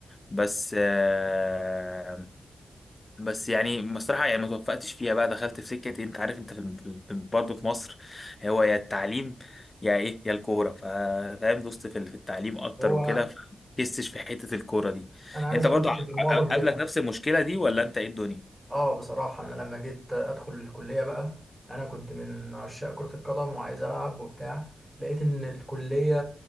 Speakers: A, on the left; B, in the centre.
A: بس آه، بس يعني بصراحة يعني ما توفقتش فيها بقى دخلت في سكة إيه، انت عارف انت في في- في- برضه في مصر هو يا التعليم يا ايه يا الكورة فا- فاهم دوست في ال- في التعليم اكتر
B: هو
A: وكده فكستش في حتة الكورة دي
B: انا عايز
A: انت
B: اقول
A: برضه
B: لك
A: ع-
B: ان المعظم
A: قابلك
B: كده
A: نفس المشكلة دي ولا انت ايه الدنيا؟
B: اه بصراحة أنا لما جيت أدخل الكلية بقى أنا كنت من عشاق كرة القدم وعايز ألعب وبتاع لقيت إن الكلية